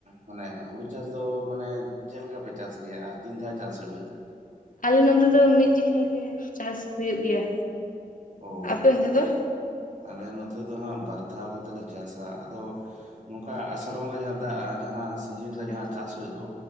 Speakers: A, on the right (about 55°); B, on the left (about 65°).
A: ᱢᱟᱱᱮ ᱦᱩᱲᱩ ᱪᱟᱥ ᱫᱚ ᱢᱟᱱᱮ ᱪᱮᱫ ᱞᱮᱠᱟ ᱯᱮ ᱪᱟᱥ ᱜᱮᱭᱟ ᱟᱨ ᱛᱤᱱ ᱫᱷᱟᱣ ᱪᱟᱥ ᱦᱩᱭᱩᱜ ᱜᱮᱛᱮ
B: ᱟᱞᱮ ᱱᱚᱛᱮ ᱫᱚ ᱢᱤᱫ ᱦᱤᱨᱤ ᱪᱟᱥ ᱦᱩᱭᱩᱜ ᱜᱮᱭᱟ
A: ᱚ
B: ᱟᱯᱮ ᱚᱱᱛᱮ ᱫᱚ
A: ᱟᱞᱮ ᱱᱚᱛᱮ ᱫᱚ ᱦᱟᱸᱜ ᱵᱟᱨ ᱫᱷᱟᱣ ᱠᱟᱛᱮᱞᱮ ᱪᱟᱥᱟ ᱟᱫᱚ ᱱᱚᱝᱠᱟ ᱟᱥᱟᱲ ᱵᱚᱸᱜᱟ ᱡᱟᱦᱟᱸ ᱫᱟᱜᱼᱟ ᱡᱟᱦᱟᱸ ᱥᱤᱡᱤᱱ ᱨᱮ
B: ᱦᱮᱸ
A: ᱡᱟᱦᱟᱸ ᱪᱟᱥ ᱦᱳᱭᱳᱜ ᱫᱚ